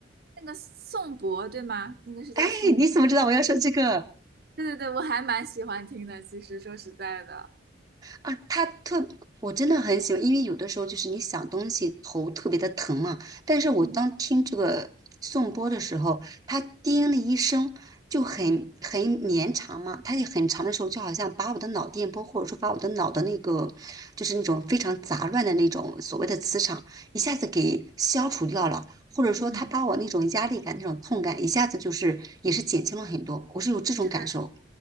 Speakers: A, on the right (about 50°); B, on the right (about 20°).
A: 那个宋博对吗？那个是叫宋博
B: 哎，你怎么知道我要说这个？
A: 对对对，我还蛮喜欢听的。其实说实在的，
B: 啊，他特，我真的很喜欢，因为有的时候就是你想东西头特别的疼嘛，但是我当听这个颂钵的时候，
A: 嗯
B: 它叮的一声就很很绵长嘛，它也很长的时候，就好像把我的脑电波或者说把我的脑的那个就是那种非常杂乱的那种所谓的磁场一下子给消除掉了，或者说他把我那种压力感、
A: 嗯，
B: 那种痛感一下子就是也是减轻了很多，我是有这种感受。
A: 是。